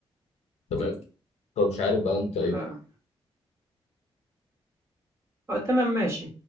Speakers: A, on the left (about 85°); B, on the right (about 25°).
A: تمام فمش عارف بقى انت ايه
B: إمم، آه. آه تمام ماشي.